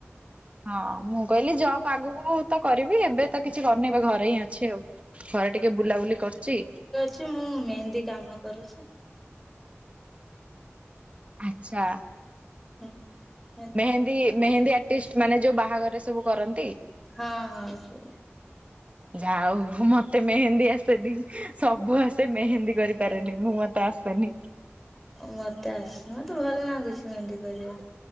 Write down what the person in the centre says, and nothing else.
ଯେ ମୁଁ ମେହେନ୍ଦି କାମ କରୁଛି।
ହୁଁ,
ହଁ ହଁ, ସେ
ଓ ମତେ ଆସେ ମତେ ଭଲ ଲାଗୁଛି ମେହେନ୍ଦୀ କରିବା।